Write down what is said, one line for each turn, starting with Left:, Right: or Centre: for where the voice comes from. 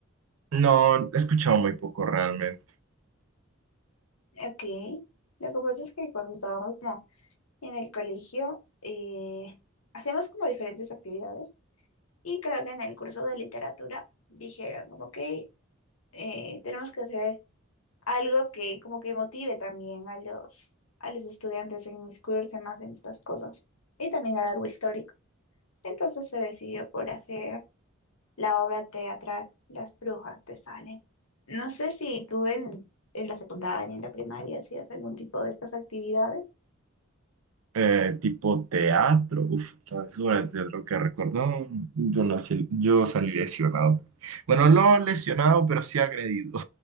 Right: No, he escuchado muy poco realmente.
Left: Ok. Lo que pasa es que cuando estábamos como en el colegio, eh, hacíamos como diferentes actividades. Y creo que en el curso de literatura dijeron como que eh, tenemos que hacer algo que como que motive también a los, a los estudiantes a inmiscuirse más en estas cosas y también a algo histórico. Entonces se decidió por hacer la obra teatral Las Brujas de Salem. No sé si tú en, en la secundaria, en la primaria, hacías algún tipo de estas actividades.
Right: Eh, tipo teatro, uff, las obras de teatro que recordó, yo nací, yo salí lesionado. Bueno, no lesionado, pero sí agredido.